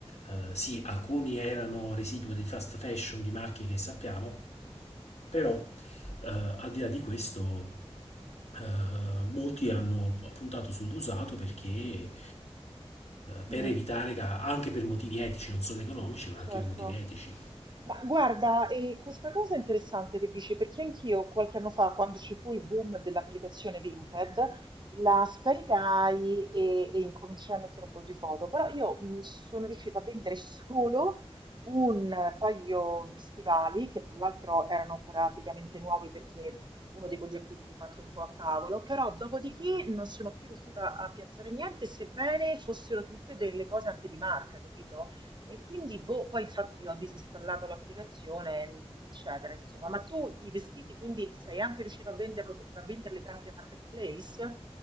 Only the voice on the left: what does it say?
eh, sì, alcuni
erano residuo di fast fashion di marchi che sappiamo, però eh, al di là di questo eh, molti hanno puntato sull'usato perché eh, per
evitare, ca- anche per motivi etici, non solo economici, ma
anche per motivi etici,